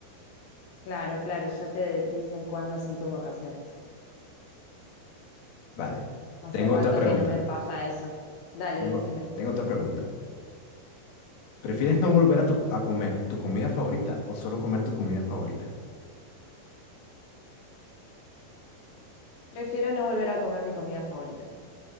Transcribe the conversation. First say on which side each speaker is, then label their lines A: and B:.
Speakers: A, on the left; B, on the left.
A: Claro, claro, ya te dicen cuándo son tus vacaciones.
B: Vale.
A: Hace
B: Tengo
A: rato
B: otra pregunta.
A: que no me pasa eso. Dale,
B: Tengo,
A: decime.
B: tengo otra pregunta. ¿Prefieres no volver a, tu- a comer tu comida favorita o solo comer tu comida favorita?
A: Prefiero no volver a comer mi comida favorita,